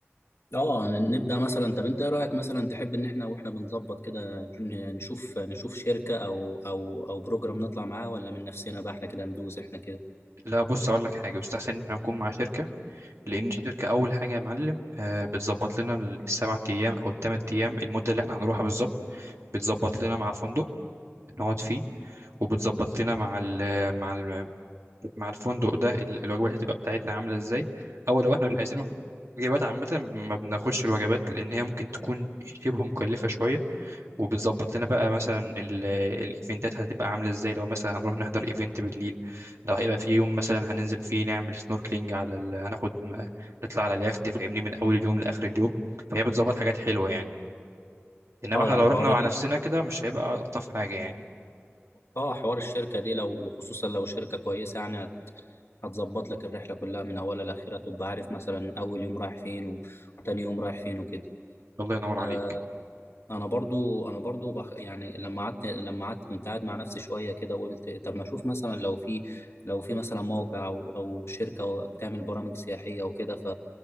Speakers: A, on the left; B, on the right.
A: اه نبدأ مثلا طب انت ايه رأيك مثلا تحب ان احنا واحنا بنظبط كده ن- نشوف نشوف شركة او او او بروجرام نطلع معاه ولا من نفسنا بقى احنا كده ندوس احنا كده
B: لا بص اقول لك حاجه يستحسن ان احنا نكون مع شركه لان الشركه اول حاجه يا معلم آه، بتظبط لنا السبع ايام او الثمان ايام المده اللي احنا هنروحها بالظبط بتظبط لنا مع فندق نقعد فيه وبتظبط لنا مع ال مع ال مع الفندق ده ال- الوجبات هتبقى بتاعتنا عاملة ازاي او لو احنا مش عايزينه وجبات عامة ما بناخدش الوجبات لأن هي ممكن تكون شبه مكلفة شوية وبتظبط لنا بقى مثلا ال- الإيفنتات هتبقى عاملة ازاي لو مثلا هنروح نحضر إيفنت بالليل لو هيبقى في يوم مثلا هننزل فيه نعمل سنوركلينج على ال... هناخد م- نطلع على اليخت فاهمني من أول اليوم لآخر اليوم فهي بتظبط حاجات حلوة يعني إنما
A: اه
B: احنا
A: يعني
B: لو
A: حوار
B: رحنا مع
A: ال...
B: نفسنا كده مش هيبقى ألطف حاجة يعني
A: اه حوار الشركة دي لو وخصوصا لو شركة كويسة يعني هتظبط لك الرحلة كلها من اولها لاخرها تبقى عارف مثلا اول يوم رايح فين و- وتاني يوم رايح فين وكده
B: الله ينور عليك
A: آه، انا برضو انا برضو بخ... يعني لما قعدت لما قعدت كنت قاعد مع نفسي شويه كده وقلت طب ما اشوف مثلا لو في لو في مثلا موقع او او شركه أو بتعمل برامج سياحيه وكده ف